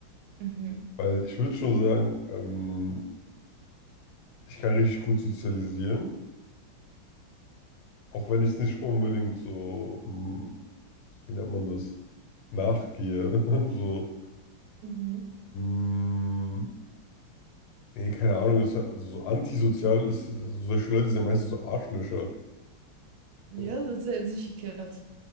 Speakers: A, on the right; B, on the left.
A: Mhm.
B: Weil ich würde schon sagen, ähm, ich kann richtig gut sozialisieren, auch wenn ich es nicht unbedingt so, hm, wie nennt man das, nachgehe. <laughs> So,
A: Mhm.
B: hm, nee, keine Ahnung, ist, also so antisozial ist, solche Leute sind ja meistens so Arschlöcher.
A: Ja,
B: So,
A: das ist sehr in sich gekehrt.